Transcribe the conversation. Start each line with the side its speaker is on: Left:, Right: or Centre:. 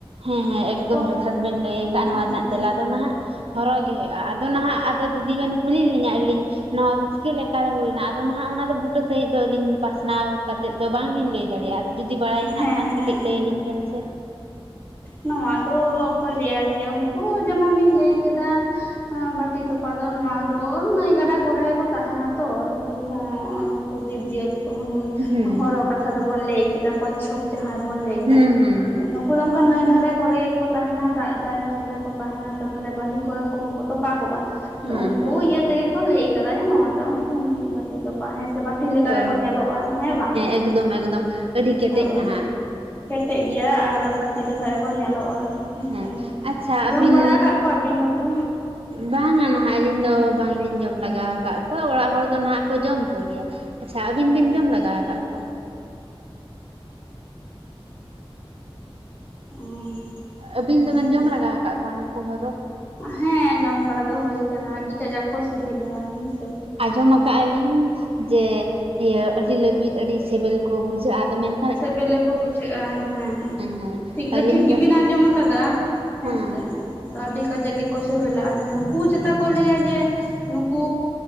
Right: ᱦᱮᱸ ᱦᱮᱸ ᱮᱠᱫᱚᱢ
Left: ᱠᱚᱠ
Right: ᱡᱚᱛᱷᱟᱛ ᱵᱮᱱ ᱞᱟᱹᱭ ᱟᱠᱟᱜᱼᱟ
Left: ᱦᱮᱸ
Right: ᱱᱚᱣᱟ ᱨᱮᱱᱟᱜ
Left: ᱦᱮᱸ
Right: ᱛᱮᱞᱟ ᱫᱚ ᱱᱟᱦᱟᱜ ᱦᱚᱨᱚ ᱜᱮ ᱦᱩᱭᱩᱜᱼᱟ ᱟᱫᱚ ᱱᱟᱦᱟᱜ ᱟᱫᱚ ᱫᱤᱫᱤ ᱵᱮᱱ ᱠᱩᱞᱤ ᱞᱤᱧᱟ ᱟᱞᱤᱧ ᱱᱚᱣᱟ ᱪᱤᱠᱟᱹ ᱞᱮᱠᱟ ᱨᱮ ᱦᱩᱭᱱᱟ ᱟᱫᱚ ᱱᱟᱦᱟᱜ ᱚᱱᱟᱫᱚ ᱵᱩᱴᱟᱹ ᱥᱟᱺᱦᱤᱡ ᱫᱚ ᱟᱹᱞᱤᱧ ᱯᱟᱥᱱᱟᱣ ᱠᱟᱛᱮᱫ ᱫᱚ ᱵᱟᱝᱞᱤᱧ ᱞᱟᱹᱭ ᱮᱫ ᱫᱟᱲᱮᱭᱟᱜᱼᱟ ᱟᱨ ᱡᱩᱫᱤ ᱵᱟᱲᱟᱭ ᱦᱮᱱᱟᱜ
Left: ᱦᱮᱸ
Right: ᱠᱷᱟᱱ ᱠᱟᱹᱴᱤᱡ
Left: ᱦᱮᱸ
Right: ᱞᱮᱭᱟᱞᱤᱧ ᱵᱮᱱ ᱥᱮ
Left: ᱱᱚᱣᱟ ᱫᱚ ᱠᱚ ᱞᱟᱹᱭᱟ ᱡᱮ ᱩᱱᱠᱩ ᱡᱮᱢᱚᱱᱤᱧ ᱞᱟᱹᱭ ᱠᱮᱫᱟ ᱵᱟᱹᱴᱤ ᱛᱚᱯᱟ ᱫᱚ ᱱᱚᱣᱟ ᱫᱚ ᱱᱟᱹᱭ ᱜᱟᱰᱟ ᱠᱚᱨᱮ ᱜᱮ ᱠᱚ ᱛᱟᱦᱮᱸᱱᱟ ᱛᱚ ᱱᱩᱠᱩ ᱦᱚᱸ ᱠᱚ ᱡᱤᱵᱽ ᱡᱤᱭᱟᱹᱞᱤ
Right: ᱦᱩᱸ
Left: ᱦᱚᱨᱚ ᱠᱟᱛᱷᱟ ᱫᱚᱵᱚᱱ ᱞᱟᱹᱭ ᱠᱮᱫᱟ ᱠᱚᱪᱪᱷᱚᱯ ᱡᱟᱦᱟᱸᱭ ᱵᱚᱱ ᱞᱟᱹᱭ
Right: ᱦᱩᱸ
Left: ᱫᱟ
Right: ᱦᱩᱸ ᱦᱩᱸ
Left: ᱩᱱᱠᱩ ᱫᱚ ᱚᱱᱠᱟ ᱱᱟᱹᱭ ᱫᱷᱟᱨᱮ ᱠᱚᱨᱮ ᱜᱮ ᱠᱚ ᱛᱟᱦᱮᱸᱱᱟ ᱫᱟᱜ ᱡᱟᱭᱜᱟ ᱠᱚᱨᱮ ᱠᱚ ᱛᱟᱦᱮᱸᱱᱟ ᱛᱟᱯᱚᱨᱮ ᱵᱟᱹᱞᱤ ᱠᱚᱨᱮ ᱠᱚᱦᱚᱸ ᱠᱚ ᱛᱚᱯᱟ ᱠᱚᱜᱼᱟ ᱟᱫᱚ
Right: ᱦᱩᱸ ᱦᱮᱸ
Left: ᱩᱱᱠᱩ
Right: ᱦᱮᱸ
Left: ᱤᱭᱟᱹ ᱛᱮᱜᱮ ᱠᱚ ᱞᱟᱹᱭ ᱟᱠᱟᱫᱟ ᱡᱮ ᱱᱚᱣᱟ ᱫᱚ ᱵᱟᱹᱴᱤ ᱛᱚᱯᱟ ᱦᱮᱸ ᱥᱮ ᱵᱟᱝ ᱵᱟᱹᱴᱤ ᱞᱮᱠᱟ
Right: ᱚ
Left: ᱜᱮᱠᱚ ᱧᱮᱞᱚᱜᱼᱟ ᱦᱮᱸ ᱵᱟᱝ
Right: ᱮᱠᱫᱚᱢ ᱮᱠᱫᱚᱢ ᱟᱹᱰᱤ ᱠᱮᱴᱮᱡ
Left: ᱦᱮᱸ ᱦᱳᱭ
Right: ᱱᱟᱦᱟᱜ
Left: ᱠᱮᱴᱮᱡ ᱜᱮᱭᱟ ᱟᱨ ᱵᱟᱹᱴᱤ ᱞᱮᱠᱟ ᱜᱮ ᱠᱚ ᱧᱮᱞᱚᱜᱼᱟ ᱦᱮᱸᱥᱮ
Right: ᱦᱮᱸ ᱟᱪᱪᱷᱟ ᱟᱹᱵᱤᱱ
Left: ᱡᱚᱢ ᱵᱟᱲᱟ ᱟᱠᱟᱫ ᱠᱚᱣᱟᱵᱤᱱ ᱱᱩᱠᱩ
Right: ᱵᱟᱝᱟ ᱱᱟᱦᱟᱜ ᱟᱹᱞᱤᱧ ᱫᱚ ᱵᱟᱝ ᱞᱤᱧ ᱡᱚᱢ ᱞᱮᱟᱜᱟᱣ ᱟᱠᱟᱫ ᱠᱚᱣᱟ ᱚᱲᱟᱜ ᱦᱚᱲ ᱫᱚ ᱱᱟᱦᱟᱜ ᱠᱚ ᱡᱚᱢ ᱠᱚ ᱜᱮᱭᱟ ᱟᱪᱪᱷᱟ ᱟᱹᱵᱤᱱ
Left: ᱦᱮᱸ
Right: ᱵᱤᱱ ᱡᱚᱢ
Left: ᱦᱮᱸᱛᱚ
Right: ᱞᱟᱜᱟᱣ ᱠᱟᱫ ᱠᱚᱣᱟ
Left: ᱚ
Right: ᱟᱹᱵᱤᱱ
Left: ᱦᱮᱸᱛᱚ
Right: ᱫᱚ ᱵᱮᱱ ᱡᱚᱢ ᱞᱟᱜᱟᱣ ᱟᱠᱟᱫ ᱠᱚᱣᱟ ᱱᱩᱠᱩ ᱦᱚᱨᱚ
Left: ᱦᱮᱸ ᱡᱚᱢ ᱵᱟᱲᱟ ᱫᱚ ᱦᱩᱭ ᱠᱟᱱᱟ ᱟᱹᱰᱤ ᱠᱟᱡᱟᱠ ᱠᱚ ᱥᱤᱵᱤᱞᱟ ᱦᱮᱸᱥᱮ
Right: ᱟᱸᱡᱚᱢ ᱟᱠᱟᱫᱟ ᱞᱤᱧ ᱡᱮ ᱤᱭᱟᱹ ᱟᱹᱰᱤ ᱞᱟᱹᱵᱤᱫ ᱟᱹᱰᱤ ᱥᱤᱵᱤᱞ ᱠᱚ ᱵᱩᱡᱷᱟᱹᱜᱼᱟ ᱟᱫᱚ ᱢᱮᱱ
Left: ᱥᱮᱵᱮᱞ ᱜᱮ ᱠᱚ ᱵᱩᱡᱷᱟᱹᱜᱼᱟ ᱦᱮᱸ
Right: ᱦᱮᱸ
Left: ᱴᱷᱤᱠ ᱫᱚ
Right: ᱟᱹᱞᱤᱧ
Left: ᱴᱷᱤᱠ ᱜᱮᱵᱤᱱ
Right: ᱱᱟᱦᱟᱜ
Left: ᱟᱸᱡᱚᱢ ᱟᱠᱟᱫᱟ ᱦᱮᱸᱥᱮ
Right: ᱦᱮᱸ
Left: ᱛᱚ ᱟᱹᱰᱤ ᱠᱟᱡᱟᱠ ᱜᱮᱠᱚ ᱥᱤᱵᱤᱞᱟ ᱟᱫᱚ ᱱᱩᱠᱩ ᱪᱮᱛᱟ ᱠᱚ ᱞᱟᱹᱭᱟ ᱡᱮ ᱱᱩᱠᱩ